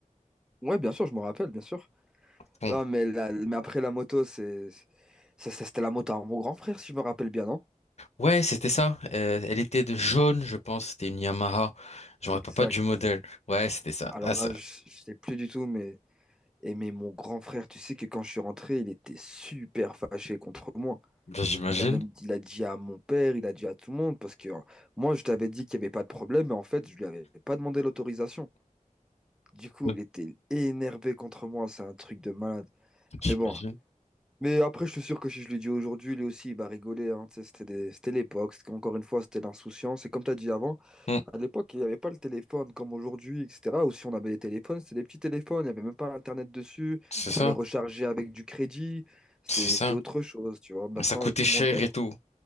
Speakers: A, in the centre; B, on the left (about 55°).
A: Ouais, bien sûr, je me rappelle, bien sûr.
B: Bon
A: Ah, mais, la- mais après la moto, c'est, ça, c'était la moto à mon grand frère, si je me rappelle bien, non?
B: ouais c'était ça. Euh, elle était de jaune je pense. C'était une Yamaha. Je me
A: Exact.
B: rappelle pas du modèle. Ouais c'était ça.
A: Alors
B: Ah ça.
A: là, je, je sais plus du tout, mais, et mais mon grand frère, tu sais que quand je suis rentré, il était super fâché contre moi.
B: Ben, j'imagine.
A: Il a même, il a dit à mon père, il a dit à tout le monde, parce que euh, moi, je t'avais dit qu'il n'y avait pas de problème, mais en fait, je lui avais pas demandé l'autorisation. Du coup,
B: Ouais,
A: il était énervé contre moi, c'est un truc de malade.
B: J'imagine.
A: Mais bon, mais après, je suis sûr que si je lui dis aujourd'hui, lui aussi, il va rigoler, hein. Tu sais, C'était des- c'était l'époque, c'était- encore une fois, c'était l'insouciance. Et comme tu as dit avant,
B: Hmm,
A: à l'époque, il n'y avait pas le téléphone comme aujourd'hui, etc. Ou si on avait les téléphones, c'était des petits téléphones, il n'y avait même pas Internet dessus,
B: c'est ça.
A: il fallait recharger avec du crédit, c'était,
B: C'est ça.
A: c'était autre chose, tu vois. Maintenant,
B: Mais ça coûtait
A: et tout
B: cher
A: le monde, a-
B: et tout.